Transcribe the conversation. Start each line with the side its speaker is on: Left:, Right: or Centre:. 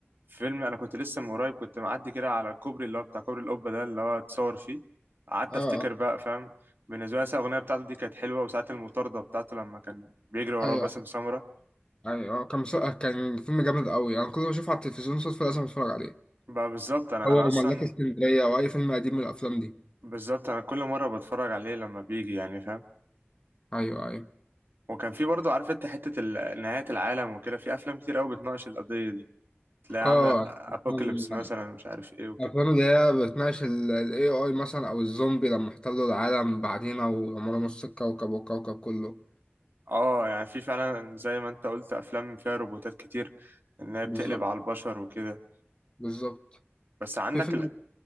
Right: فيلم انا كنت لسه من قريب كنت معدي كده على الكوبري اللي هو بتاع كوبري القبه ده اللي هو اتصور فيه قعدت
Left: آه.
Right: افتكر بقى فاهم بالنسبه لي الأغنية بتاعته دي كانت حلوة وساعة المطاردة بتاعته لما كان بيجري وراه
Left: ايوه
Right: باسم سمرة
Left: ايوه آه، كان مس- كان فيلم جامد قوي انا يعني كل ما اشوفه على التلفزيون صدفه لازم اتفرج عليه
Right: بقى بالظبط أنا
Left: هو
Right: أنا أصلا
Left: وملاك اسكندريه او اي فيلم قديم من الافلام دي
Right: بالظبط أنا كل مرة بتفرج عليه لما بيجي يعني فاهم
Left: ايوه ايوه
Right: وكان في برضه عارف أنت حتة ال- نهاية العالم وكده في أفلام كتير أوي بتناقش القضية دي تلاقي
Left: اه
Right: عاملة الأبوكاليبس
Left: أفلام-
Right: مثلا مش عارف إيه وكده
Left: الافلام اللي هي بتناقش الاي اي مثلا او الزومبي لما احتلوا العالم بعدينا ودمروا نص الكوكب والكوكب كله
Right: اه يعني في فعلا زي ما انت قلت افلام فيها روبوتات كتير ان هي
Left: بالظبط
Right: بتقلب على البشر وكده
Left: بالظبط
Right: بس عندك
Left: في فيلم
Right: ال...